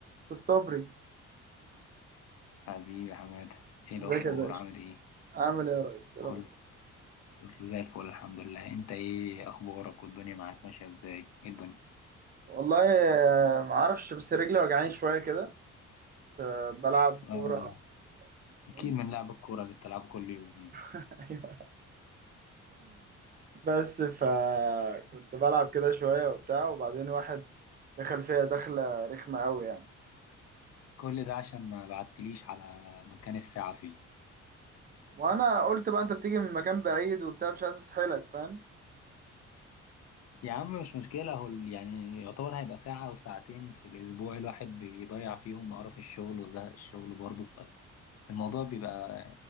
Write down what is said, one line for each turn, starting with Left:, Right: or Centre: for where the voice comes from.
Right: في الصبري
Left: حبيبي يا حمادة ايه
Right: ازيك
Left: الأخبار
Right: يا باشا
Left: عامل ايه؟
Right: عامل ايه يا ريس ايه الاخبار
Left: كله كله زي الفل الحمد لله انت ايه أخبارك والدنيا معاك ماشية ازاي؟ ايه الدنيا؟
Right: والله آه، ما اعرفش بس رجلي وجعاني شويه كده كنت بلعب كوره
Left: أم،
Right: من
Left: أكيد
Right: يومين
Left: من لعب الكورة اللي بتلعبه كل يوم انت
Right: <laughs> ايوه بس فكنت بلعب كده شويه وبتاع وبعدين واحد دخل فيها دخله رخمه قوي يعني
Left: كل ده عشان ما بعتليش على مكان الساعة فين
Right: وانا قلت بقى انت بتيجي من مكان بعيد وبتاع مش عايز اسحلك فاهم
Left: يا عم مش مشكلة هو ال- يعني يعتبر هيبقى ساعة أو ساعتين في الأسبوع الواحد بيضيع فيهم قرف الشغل وزهق الشغل برضه فالموضوع بيبقى